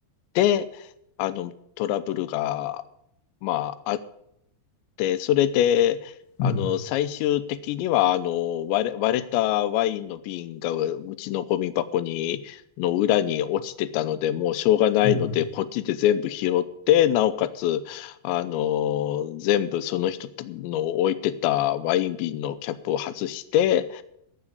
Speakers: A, on the left; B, on the left.
A: で、あの、トラブルが、まあ、あっで、それで、あの、
B: うん、
A: 最終的には、あの、割れ、割れたワインの瓶がうちのゴミ箱に、の裏に落ちてたので、もうしょうがないので、
B: うん、
A: こっちで全部拾って、なおかつ、あの、全部その人の置いてたワイン瓶のキャップを外して、、